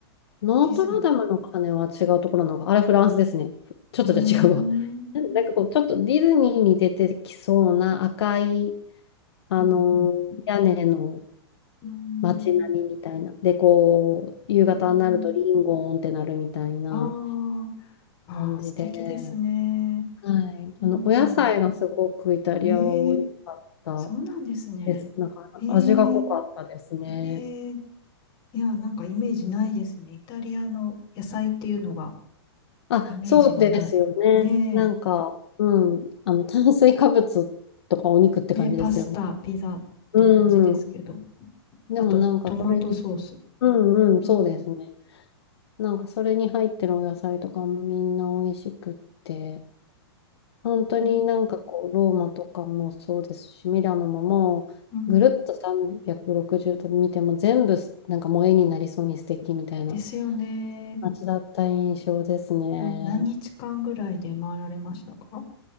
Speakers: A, on the left; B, on the left.
A: ノートルダムの鐘は違うところなのか。
B: ディズニー。
A: あれフランスですね。ちょっとじゃ違うわ。
B: うーん、
A: <laughs> なんなんかこう、
B: うん、
A: ちょっとディズニーに出てきそうな赤い、あの屋根の
B: うん、うーん、
A: 街並みみたいな。で、こう、夕方になるとリンゴーンってなるみたいな
B: うーんああ、まあ、
A: 感じで、
B: 素敵ですね。
A: はい。
B: うん。
A: あの、お野菜がすごくイタリアは美味しかった
B: ええ、そうなんですね。
A: です。なんか、
B: ええ、
A: 味が濃かったですね。
B: ええ、いや、なんかイメージないですね。イタリアの野菜っていうのが
A: あ、
B: イメージがない。
A: そうですよね。
B: ねえ。
A: なんか、うん、あの、炭水化物とかお肉って感じですよね。
B: ね、パスタ、ピザって感じですけど。
A: うん。でもなんか、
B: あと、トマトソース。
A: それに、うんうん、
B: うん。
A: そうですね。なんか、それに入ってるお野菜とかもみんな美味しくって。本当になんかこう、
B: うん。
A: ローマとかもそうですし、ミラノももう、
B: うん
A: ぐるっと360度見ても全部すなんかもう絵になりそうに素敵みたいな
B: ですよね。
A: 街だった印象ですね。
B: あ何日間ぐらいで回られましたか